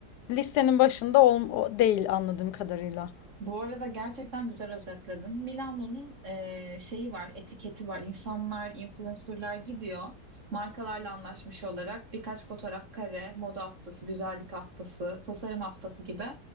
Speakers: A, on the left; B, on the right.
A: listenin başında ol, o- değil anladığım kadarıyla.
B: Bu arada gerçekten güzel özetledin. Milano'nun eee, şeyi var, etiketi var. İnsanlar, influencerlar gidiyor. Markalarla anlaşmış olarak birkaç fotoğraf kare, moda haftası, güzellik haftası, tasarım haftası gibi